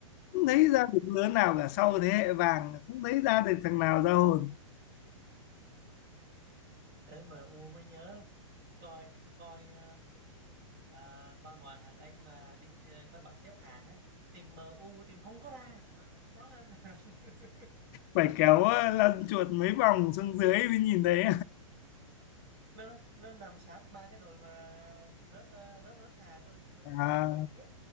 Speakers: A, on the left; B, on the right.
A: không thấy ra được lứa nào cả sau thế hệ vàng không thấy ra được thằng nào ra hồn
B: đấy mà U mới nhớ coi coi ờ, à, coi ngoài hàng Anh mà đi ờ, coi bảng xếp hạng á tìm em u tìm không có ra nó, nó, <laughs>
A: phải kéo ờ, lăn chuột mấy vòng xuống dưới mới nhìn thấy
B: nó nó nằm sát ba cái đội mà rất rất rất hàng luôn
A: <laughs>
B: Tôi
A: à,
B: cười cười chết